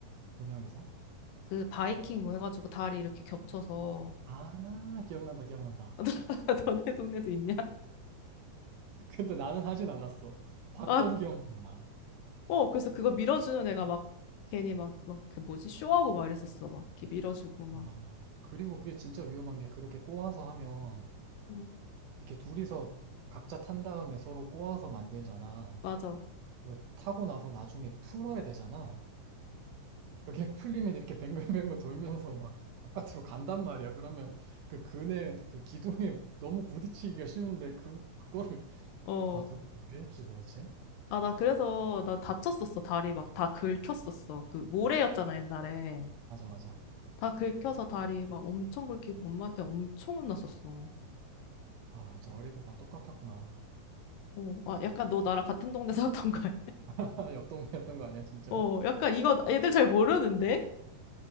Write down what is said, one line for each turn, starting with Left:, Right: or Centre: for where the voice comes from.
Right: 두 명이서?
Left: 그 바이킹 뭐 해가지고 다리 이렇게 겹쳐서
Right: 아, 기억난다, 기억난다.
Left: <laughs> 너네 동네도 있냐?
Right: 근데 나는 하진 않았어. 봤던
Left: 아,
Right: 기억나.
Left: 어, 그래서 그거 밀어주는 애가 막 괜히 막, 막 그 뭐지? 쇼하고 막 이랬었어. 막 이렇게 밀어주고 막.
Right: 아, 그리고 그게 진짜 위험한 게 그렇게 꼬아서 하면
Left: 음.
Right: 이렇게 둘이서 각자 탄 다음에 서로 꼬아서 만들잖아.
Left: 맞아.
Right: 그 타고 나서 나중에 풀어야 되잖아. 그게 <laughs> 풀리면 이렇게 뱅글뱅글 돌면서 막 바깥으로 간단 말이야. 그러면 그 근에 그 기둥에 너무 부딪히기가 쉬운데 그 그거를
Left: 어.
Right: 아 도대체 왜 했지 도대체?
Left: 아, 나 그래서 나 다쳤었어. 다리 막 다 긁혔었어. 그 모래였잖아, 옛날에.
Right: 맞아 맞아.
Left: 다 긁혀서 다리 막 엄청 긁히고 엄마한테 엄청 혼났었어.
Right: 아 진짜 어릴 때 다 똑같았구나.
Left: 어, 아, 약간
Right: 야,
Left: 너 나랑 같은 동네 살았던 거야.
Right: <laughs> 옆 동네였던 거 아니야
Left: <laughs>
Right: 진짜?
Left: 어, 약간 이거 애들 잘 모르는데?